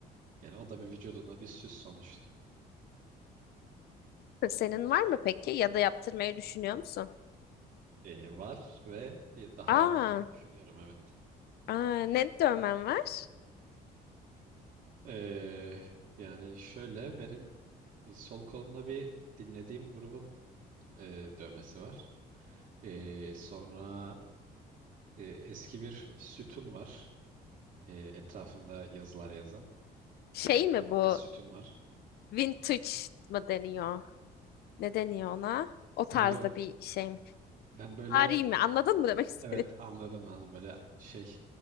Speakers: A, on the right (about 50°); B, on the left (about 70°).
A: Yani o da bir vücudunda bir süs sonuçta.
B: Senin var mı peki? Ya da yaptırmayı düşünüyor musun?
A: E, var ve e, daha
B: Aa,
A: yaptırmayı düşünüyorum evet.
B: aa ne dövmen var?
A: Ee, yani şöyle benim sol kolumda bir dinlediğim grubun e, dövmesi var. Ee, sonra e, eski bir sütun var. Ee, etrafında yazılar yazan.
B: Şey
A: E, kırık
B: mi bu?
A: bir sütun var.
B: Vintage mı deniyor? Ne deniyor ona? O tarzda
A: Ya yok.
B: bir şey mi?
A: Ben böyle
B: Vari mi? Anladın mı demek <laughs> istediğimi?
A: evet anladım anladım. Böyle şey